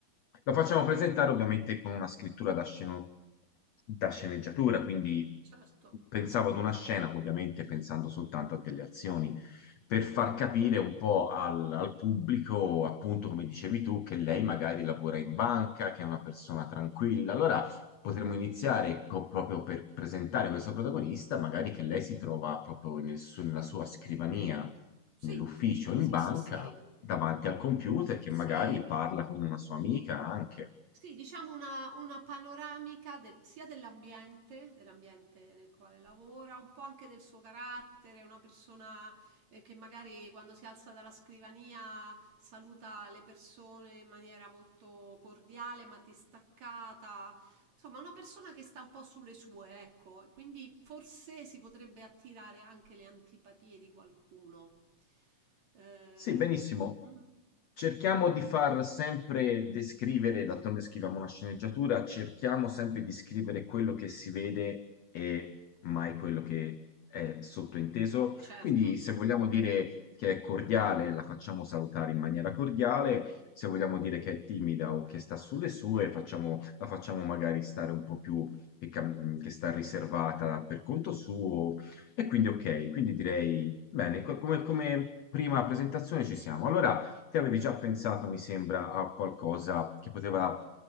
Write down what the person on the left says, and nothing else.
La facciamo presentare ovviamente con una scrittura da, sceno- da sceneggiatura, quindi
pensavo ad una scena, ovviamente pensando soltanto a delle azioni, per far capire un po' al, al pubblico, appunto come dicevi tu, che lei magari lavora in banca, che è una persona tranquilla. Allora potremmo iniziare co- proprio per presentare questo protagonista, magari che lei si trova proprio nel su- nella sua scrivania,
nell'ufficio,
in banca
davanti
al computer che
magari parla con una sua amica anche.
Sì, benissimo.
Cerchiamo di far sempre descrivere, d'altronde scriviamo una sceneggiatura, cerchiamo sempre di scrivere quello che si vede e mai quello che è sottointeso.
Quindi se vogliamo dire che è cordiale, la facciamo salutare in maniera cordiale, se vogliamo dire che è timida o che sta sulle sue, facciamo- la facciamo magari stare un po' più che, cam- che sta riservata per conto suo. E quindi ok, quindi direi, bene, co- come, come prima presentazione ci siamo. Allora, Te avevi già pensato, mi sembra, a qualcosa che poteva